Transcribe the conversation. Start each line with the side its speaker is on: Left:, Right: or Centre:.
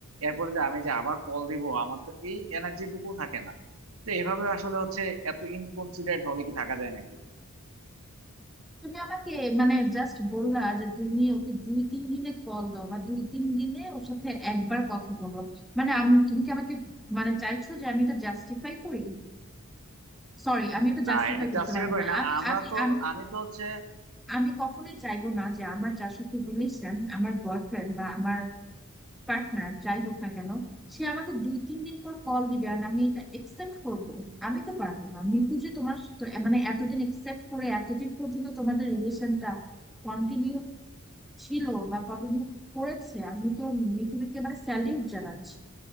Right: এরপরে যে আমি যে আবার কল দিব আমার তো এই এনার্জি টুকু থাকে না তো এইভাবে আসলে হচ্ছে এত ইনকনসিডারেট হলে কি থাকা যায় নাকি
Centre: তুমি আমাকে মানে জাস্ট বললা যে তুমি ওকে দুই তিন দিনে কল দাও বা দুই তিন দিনে ওর সাথে একবার কথা বলো মানে আমি তুমি কি আমাকে মানে চাইছো যে আমি এটা জাস্টিফাই করি সরি আমি এটা
Right: না
Centre: জাস্টিফাই
Right: এটা
Centre: করতে
Right: জাস্টিফাই
Centre: পারবো
Right: করি
Centre: না
Right: না
Centre: আমি
Right: আমরা
Centre: আমি
Right: তো
Centre: আমি
Right: আমি তো হচ্ছে
Centre: আমি কখনোই চাইবো না যে আমার যার সাথে রিলেশন আমার বয়ফ্রেন্ড বা আমার পার্টনার যাই হোক না কেন সে আমাকে দুই তিন দিন পর কল দিবে আর আমি এটা একসেপ্ট করব আমি তো পারবো না মিতু যে তোমার তো- মানে এতদিন একসেপ্ট করে এতদিন পর্যন্ত তোমাদের রিলেশনটা কন্টিনিউ ছিল বা কন্টিনিউ করেছে আমি তো মিতুকে মানে স্যালিউট জানাচ্ছি